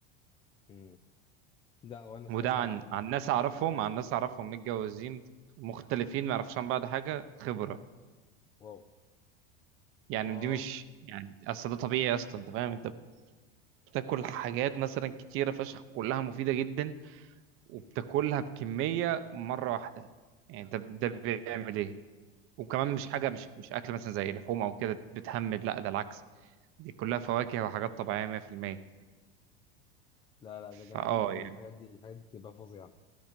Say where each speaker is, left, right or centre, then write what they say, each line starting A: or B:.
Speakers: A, on the left; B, on the right.
A: امم لا وانا الصراحه
B: وده عن عن ناس اعرفهم عن ناس اعرفهم متجوزين مختلفين ما يعرفوش عن بعض حاجة خبرة
A: واو
B: يعني
A: واو
B: دي مش يعني اصل ده طبيعي اصلا انت فاهم انت بتاكل حاجات مثلا كتيرة فشخ كلها مفيدة جدا وبتاكلها بكميه مره واحده يعني ده ده بيعمل ايه وكمان مش حاجه مش مش اكل مثلا زي لحوم او كده بتهمد لا ده العكس دي كلها فواكه وحاجات طبيعيه 100%
A: لا لا ده جامدين
B: فاه
A: قوي
B: يعني
A: الحاجات دي الحاجات دي بتبقى فظيعه